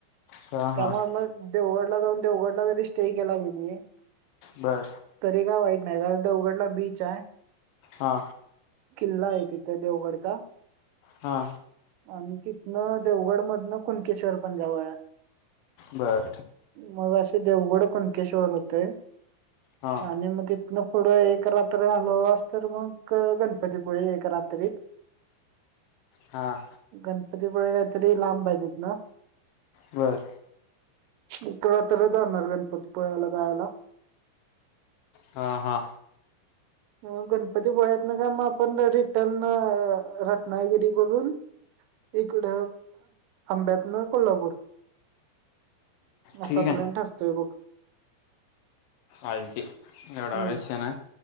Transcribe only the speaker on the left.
हा
हा
बर.
हा.
हा.
बर.
हा
हां.
बरं.
हां-हा.
ठीक
आहे
आलती एवढं
अश ना